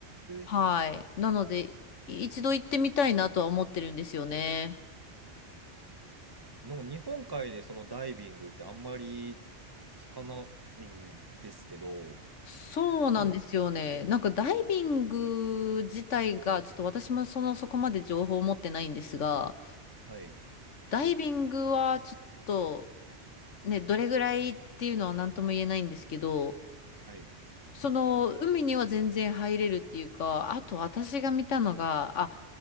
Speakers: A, on the left; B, on the right.
A: はい。
B: ー、
A: なので、い一度行ってみたいなとは思ってるんですよね。
B: なんか日本海でそのダイビングってあんまり聞かないんですけど、
A: そうなんですよね。
B: あるんですね
A: なんかダイビング自体が、ちょっと私もその、そこまで情報を持ってないんですが、
B: はい、
A: ダイビングはちょっと、ね、どれぐらいっていうのは何とも言えないんですけど、
B: はい。
A: その、
B: うん、
A: 海には全然入れるっていうか、あと私が見たのが、あ、